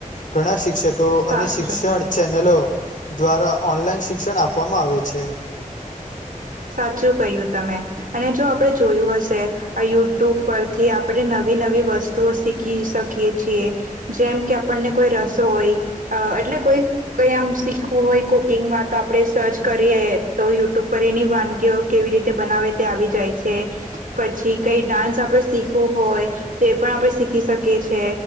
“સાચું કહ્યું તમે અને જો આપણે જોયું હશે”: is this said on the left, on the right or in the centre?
Right